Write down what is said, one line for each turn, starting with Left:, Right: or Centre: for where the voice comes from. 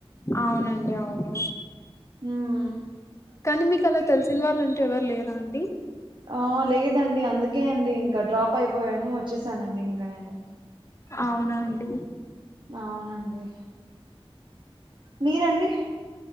Left: అవునండి అవును
Right: హ్మ్
Left: కానీ మీకు అలా తెలిసిన వాళ్ళం టు ఎవరు లేరా అండి
Right: ఆ లేదండి అందు కే అండి ఇంక డ్రాప్ అయిపోయాను వచ్చేసానండి ఇంక నేను
Left: అవునా అండి
Right: అవునండి మీరండి